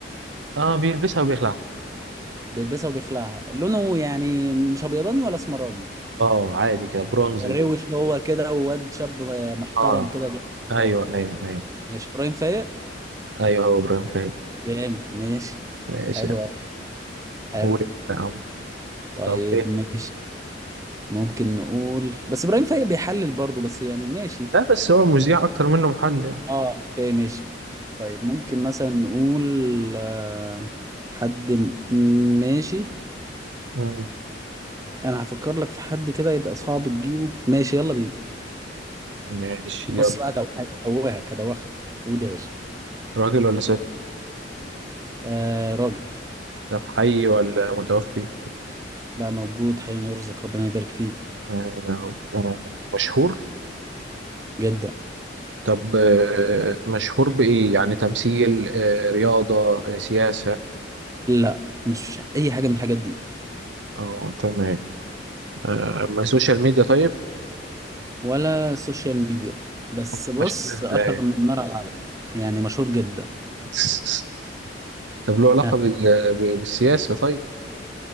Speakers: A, on the right; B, on the right.
A: اه بيلبسها وبيخلعها
B: بيلبسها وبيخلعها لونه يعني مش ابيضاني ولا اسمراني
A: اه عادي كده برونز
B: روش
A: كده
B: هو كده وواد شاب محترم
A: اه
B: كده جامد
A: ايوه ايوه ايوه
B: ماشي ابراهيم فايق
A: ايوه هو ابراهيم فايق
B: جامد ماشي
A: ماشي
B: حلو
A: يعني
B: أوي، حلو
A: قول يا عم
B: طيب
A: طب ايه
B: ماشي ممكن نقول بس ابراهيم فايق بيحلل برضه بس يعني ماشي
A: لا بس هو مذيع اكتر منه محلل
B: اه اوكي ماشي طيب ممكن مثلا نقول آه، حد م- ماشي
A: مم.
B: انا هفكر لك في حد كده يبقى صعب تجيبه ماشي يلا بينا
A: ماشي
B: بص
A: يلا
B: بقى دوحك هدوخك هدوخك قول يا باشا
A: راجل ولا ست
B: آه راجل
A: طب حي ولا متوفي
B: لا موجود حي يرزق ربنا يبارك فيه
A: آه، آه، مشهور
B: جدا
A: طب آه، مشهور بإيه يعني تمثيل آه، رياضة آه، سياسة
B: لا مش اي حاجه من الحاجات دي
A: اه تمام آه، ما سوشيال ميديا طيب
B: ولا سوشيال ميديا بس
A: أمال
B: بص
A: مشهور ازاي
B: اشهر من النار على العالم يعني مشهور جدا
A: <laughs> طب له علاقة
B: ها
A: بال- ب- بالسياسة طيب